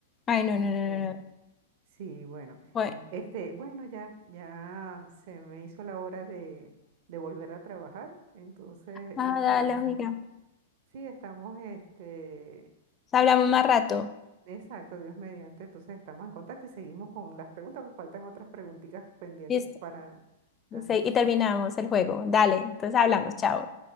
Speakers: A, on the left; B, on the right.
A: Ay, no,
B: Este,
A: no, no, no. no.
B: Sí, bueno,
A: Bueno,
B: mm, este, bueno, ya, ya se me hizo la hora de, de volver a trabajar, entonces
A: ah,
B: estamos,
A: dale, amiga.
B: sí, estamos, este,
A: Hablamos más rato.
B: exacto, Dios mediante, entonces estamos en contacto y seguimos con las preguntas, pues faltan otras preguntitas pendientes
A: Listo.
B: para, ajá,
A: Sí, y terminamos el juego. Dale, entonces hablamos, chao.